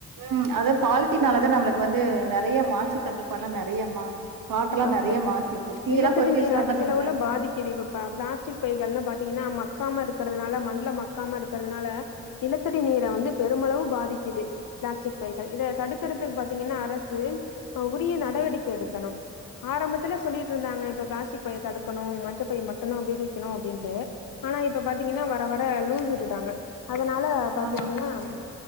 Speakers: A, on the right; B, on the left.
A: ம் அதா பால்த்தீனாலத நம்மளுக் வந்து நெறைய மாசுத்தட்டுப்பாட்ல்லா நெறைய மா காற்றல்லா
B: ஆமா
A: நறைய மாசு தீயல்லா
B: நிலத்தடி
A: பத்தி
B: நீர்
A: வச்ட்டா
B: அதிக
A: பாத்தீங்கலா
B: அளவுல பாதிக்குது இப்ப இப் பிளாஸ்டிக் பைகல்லா பாத்தீங்கன்னா மக்காம இருக்குறதுனால மண்ல மக்காம இருக்குறதுனால நிலத்தடி நீர வந்து பெருமளவு பாதிக்குது பிளாஸ்டிக் பைகள் இத தடுக்குறதுக்கு பாத்தீங்கன்னா அரசு உரிய நடவடிக்கை எடுக்கனு ஆரம்பத்தில சொல்லிட்டிருந்தாங்க இப்ப பிளாஸ்டிக் பைய தடுக்கனு மஞ்ச பை மட்டுதா உபயோகிக்கனு அப்டின்டு ஆனா இப்ப பாத்தீங்னா வர வர லூஸ் விட்டுட்டாங்க அதனால பாத்தீங்னாம்
A: ஆமா.